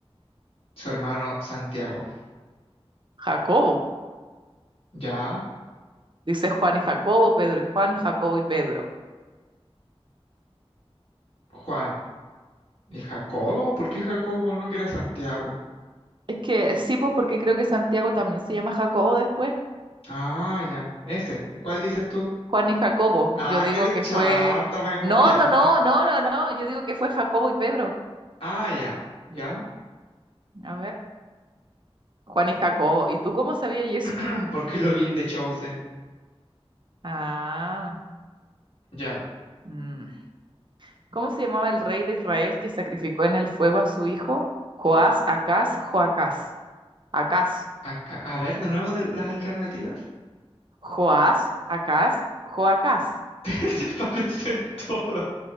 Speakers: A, on the left (about 70°); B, on the right (about 50°).
A: su hermano Santiago.
B: Jacobo,
A: Ya.
B: dice Juan y Jacobo, Pedro y Juan, Jacobo y Pedro.
A: Juan y Jacobo. ¿Por qué Jacobo no quiere a Santiago?
B: Es que sí, pues porque creo que Santiago también se llama Jacobo después,
A: Ah, ya. Ese. ¿Y cuál dices tú?
B: Juan y Jacobo,
A: Ah,
B: yo digo
A: que eres
B: que
A: chanta,
B: fue...
A: pues me copiaste.
B: No, no, no, no, no, no, yo digo que fue Jacobo y Pedro.
A: Ah, ya. Ya.
B: A ver, Juan y Jacobo, ¿y tú cómo sabías
A: <clears throat>
B: eso?
A: ¿Por qué lo vi en The Chosen?
B: Ah,
A: Ya.
B: mm. ¿Cómo se llamaba el rey de Israel que sacrificó en el fuego a su hijo? Joás, Acaz, Joacás. Acaz.
A: Acá. A ver, de nuevo de las alternativas.
B: Joás, Acaz, Joacás.
A: <laughs> Se parecen todos.